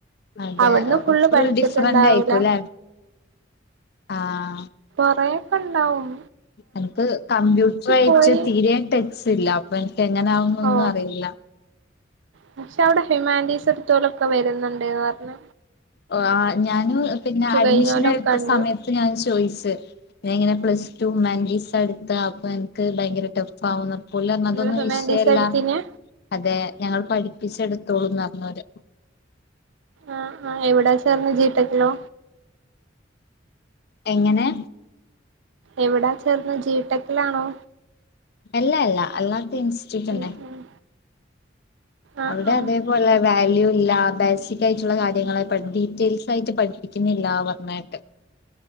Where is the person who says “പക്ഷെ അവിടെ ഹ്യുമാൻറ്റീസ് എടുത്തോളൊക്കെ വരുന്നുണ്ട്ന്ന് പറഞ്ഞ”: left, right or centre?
Right